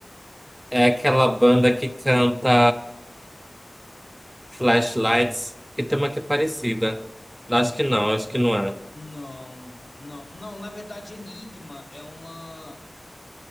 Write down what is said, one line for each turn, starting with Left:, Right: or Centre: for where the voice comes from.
Right: é aquela banda que canta Flashlights, que tem uma que é parecida. Acho que não, acho que não é.
Left: Não, não, não, na verdade, Enigma é uma.